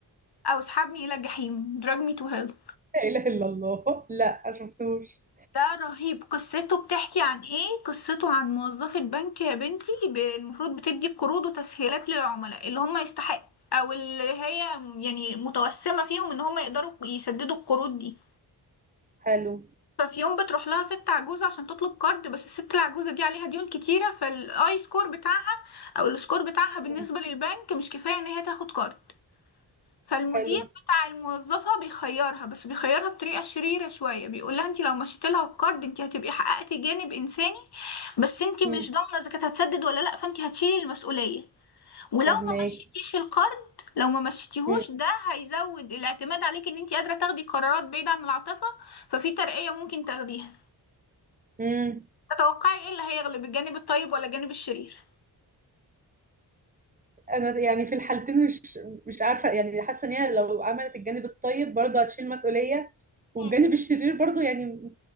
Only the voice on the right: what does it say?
لا اله الا الله لا ما شفتوش
حلو
مم.
حلو
مم.
فهماكي
مم.
مم.
انا يعني في الحالتين مش مش عارفه يعني حاسه ان هي لو عملت الجانب الطيب برضه هتشيل مسؤوليه والجانب
الشرير برضو يعني